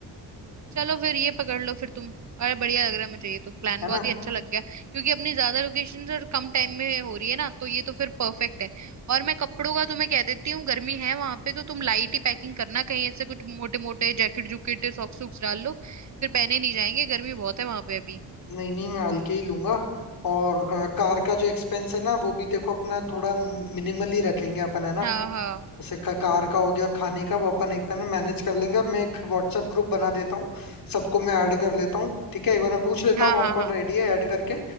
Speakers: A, on the right; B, on the left.
A: चलो फिर ये पकड़ लो फिर तुम अरे बढ़िया लग रहा है मुझे ये तो प्लान
B: है
A: बहुत
B: ना
A: ही अच्छा लग गया क्योंकि अपनी ज्यादा लोकेशन और कम टाइम में हो रही है ना तो ये तो फिर परफेक्ट है और मैं कपड़ों का तुम्हें कह देती हूँ गर्मी है वहां पे तो तुम लाइट ही पैकिंग करना कहीं ऐसे कुछ मोटे मोटे जैकेट जुकेट सॉक्स सूक्स डाल लो फिर पहने नहीं जाएंगे गर्मी बहुत है वहां पे अभी
B: नहीं नहीं मैं हल्के ही लूंगा और अ, कार का जो एक्सपेंस है ना वो भी देखो अपना थोड़ा मिनिमली रखेंगे अपन है ना
A: हाँ हाँ
B: जैसे क- कार का हो गया और खाने का वो अपन एक बार ना मैनेज कर लेंगे और मैं एक व्हाट्सएप ग्रुप बना देता हूँ सबको मैं ऐड कर लेता हूँ ठीक है एक बार मैं पूछ लेता
A: हाँ
B: हूँ कौन
A: हाँ हाँ
B: कौन रेडी है ऐड करके